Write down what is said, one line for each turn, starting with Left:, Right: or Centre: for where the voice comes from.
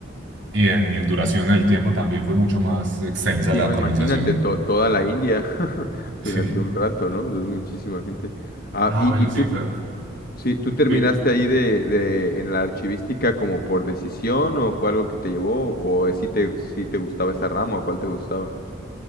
Right: y en, y en duración del tiempo también fue mucho más extensa
Left: Sí,
Right: la
Left: no,
Right: colonización,
Left: imagínate to- toda la India <laughs> durante
Right: <laughs> sí.
Left: un rato, ¿no? O sea, es muchísima gente. Ah,
Right: Ah,
Left: y,
Right: bueno,
Left: y tú,
Right: sí, claro.
Left: sí, tú terminaste
Right: Sí,
Left: ahí de, de, en la archivística como por decisión o fue algo que te llevó o si te, si te gustaba esa rama o cuál te gustaba.